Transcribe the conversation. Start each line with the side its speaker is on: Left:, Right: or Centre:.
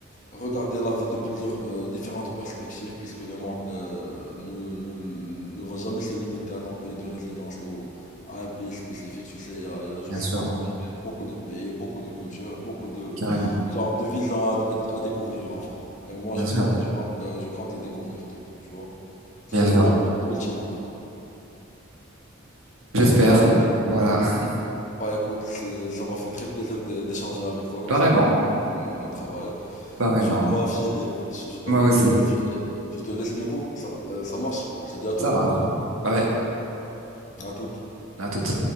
Left: Regarder la vie de plusieurs euh, différentes perspectives, puisque le monde euh, ne, ne, ne va jamais se limiter à ton pays de résidence ou à un pays spécifique. Tu sais, il y a, il y a je
Right: bien
Left: sais
Right: sûr,
Left: pas combien, mais beaucoup de pays, beaucoup de cultures et beaucoup de,
Right: carrément,
Left: genre, de visions à, à- à découvrir, en fait. Et moi,
Right: bien
Left: je
Right: sûr,
Left: compte, je compte, euh, je compte les découvrir toutes, tu vois. Ce
Right: bien
Left: serait
Right: sûr.
Left: mon but ultime, en tout cas.
Right: J'espère.
Left: Bah, écoute.
Right: Voilà, <laughs>
Left: Bah écoute, c'est- ça m'a fait très plaisir d'é- d'échanger avec toi concernant
Right: Apparemment,
Left: nos, nos- nos travails.
Right: apparemment.
Left: Je dois filer, je je t'avoue
Right: Moi
Left: que
Right: aussi.
Left: je dois filer. Je te laisse du coup, ça, euh, ça marche. On se dit à toutes.
Right: Ça va. Bye bye.
Left: À toutes.
Right: À toutes.